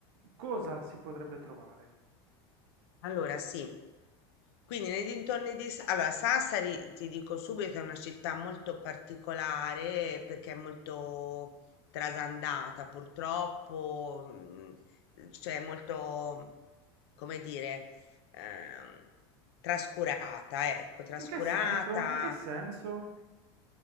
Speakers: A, on the right; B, on the left.
A: cosa si potrebbe trovare?
B: Allora, sì, Quindi nei dintorni di... Sa- Allora, Sassari, ti dico subito, è una città molto particolare perché è molto trasandata, purtroppo, mm, cioè molto, come dire, ehm, trascurata, ecco, trascurata.
A: In che senso? In che senso?